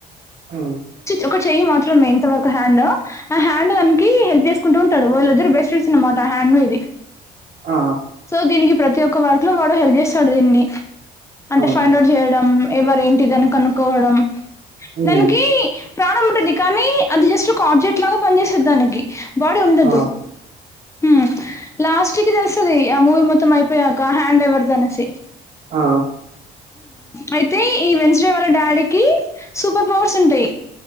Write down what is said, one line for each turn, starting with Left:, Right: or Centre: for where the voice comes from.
Right: ఉ
Left: ఒక చెయ్యి మాత్రమే ఇంత వరకు హ్యాండ్ ఆ హ్యాండ్ అన్కి హెల్ప్ చేసుకుంటూ ఉంటాడు వాళ్ళిద్దరు బెస్ట్ ఫ్రెండ్స్ అన్నమాట దా హ్యాండ్ ఇది
Right: ఆ
Left: సో దీనికి ప్రతి ఒక్క వర్క్ లో వాడు హెల్ప్ చేస్తాడు దీన్ని అంటే
Right: అవును
Left: ఫైండ్ అవుట్ చేయడం ఎవరు ఏంటిదని కనుక్కోవడం
Right: ఉమ్
Left: దానికి ప్రాణం ఉంటది కానీ అది జస్ట్ ఒక ఆబ్జెక్ట్ లాగా పని చేసేది దానికి బాడి ఉండదు
Right: ఆ
Left: హ్మ్ లాస్ట్కి తెల్సతది ఆ మూవి మొత్తం అయిపోయాక హ్యాండ్ ఎవర్ ది అనేసి
Right: ఆ
Left: అయితే ఈ వెడ్నెస్డే వాళ్ళ డాడీకి సూపర్ పవర్స్ ఉంటాయి